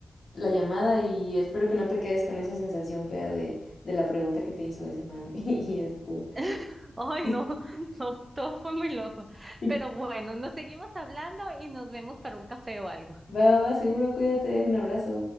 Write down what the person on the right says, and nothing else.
<laughs> Ay,
no, no, todo fue muy loco.
Pero bueno, nos seguimos hablando y nos vemos para un café o algo.